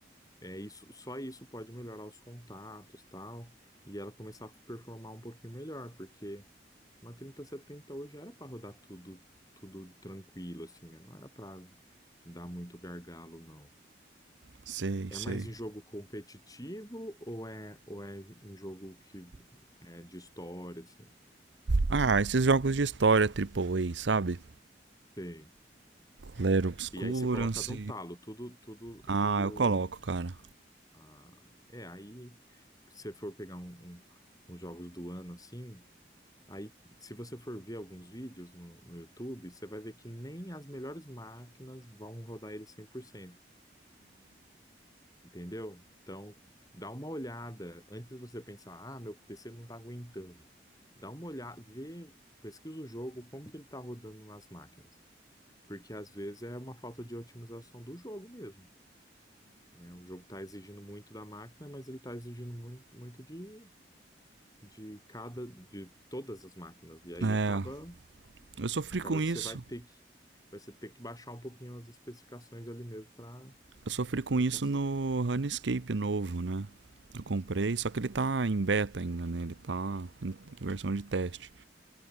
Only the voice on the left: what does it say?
é isso, só isso pode melhorar os contatos, tal, e ela começar a performar um pouquinho melhor, porque uma trinta setenta hoje era para rodar tudo, tudo tranquilo, assim, né? Não era para dar muito gargalo, não.
É
mais em jogo competitivo ou é, ou é em jogo que é de história, assim?
Sei.
E aí você coloca num talo, tudo, tudo,
tudo.
ah, é, aí se você for pegar um, um- uns jogos do ano assim, aí se você for ver alguns vídeos no, no YouTube, você vai ver que nem as melhores máquinas vão rodar ele cem por cento Entendeu? Então, dá uma olhada antes de você pensar, ah, meu PC não está aguentando. Dá uma olhada, vê, pesquisa o jogo, como que ele está rodando nas máquinas. Porque às vezes é uma falta de otimização do jogo mesmo, né? O jogo está exigindo muito da máquina, mas ele está exigindo muito, muito de, de cada, de todas as máquinas. E aí
acaba,
acaba
que
você vai ter que, vai ter que baixar um pouquinho as especificações ali mesmo para
para
conseguir.